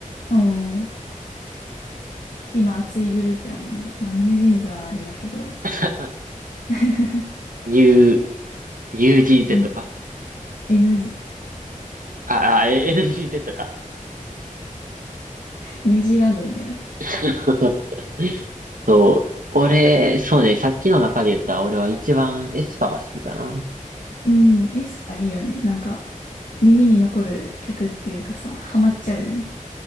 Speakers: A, on the left; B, on the right.
A: おー。今熱いグループやもんね。まあ、ニュージーンズはあれだけど。
B: <laughs>
A: <laughs>
B: New、NewGZ
A: うん
B: か
A: n <laughs>
B: あ、あ、え NGZ か。
A: ニュージーランドみたいになってる。
B: <laughs> そう。俺、そうね、さっきの中で言った俺は一番エスパーが好きかな。
A: うん、エスパーいいよね。なんか、耳に残る曲っていうかさ、ハマっちゃうよね。